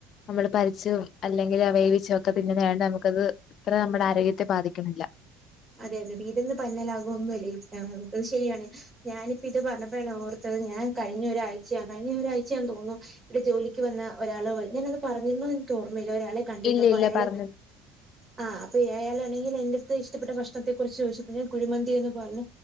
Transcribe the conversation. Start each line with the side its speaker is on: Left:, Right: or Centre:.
Left: നമ്മള് പരിച്ചും അല്ലെങ്കിൽ വേവിച്ചും ഒക്കെ തിന്നുന്ന ആണ് നമുക്കത് ഇത്ര നമ്മുടെ ആരോഗ്യത്തെ ബാധിക്ക്ണില്ല
Right: അതെ അതെ പീട്ന്ന് പഞ്ഞാലാകോ ഒന്നുംല്ലേ അത് ശെരിയാണ് ഞാനിപ്പി ത് പറ്ഞ്ഞപ്പോഴാണ് ഓർ അത് ഞാൻ കഴിഞ്ഞ ഒരാഴ്ചയാണ് കഴിഞ്ഞ ഒരാഴ്ചയാന്ന് തോന്ന്ന്നു ഇവടെ ജോലിക്ക് വന്ന് ഒരാള് ഞാനന്ന് അത് പറഞ്ഞിരുന്നു എനിക്ക് ഓർമ്മയില്ല ഒരാളെ കണ്ടിരുന്നുതൊ
Left: ഇല്ല
Right: അപ്പ
Left: ഇല്ല
Right: അയാള്
Left: പറഞ്ഞു
Right: ആഹ് അപ്പം ആയാളാണെങ്കിൽ എൻെ അടുത്ത് ഇഷ്ടപ്പെട്ട ഭക്ഷ്ണത്തെ കുറിച്ച് ചോദിച്ചപ്പോ ഞാൻ കുഴിമന്തി എന്ന് പറഞ്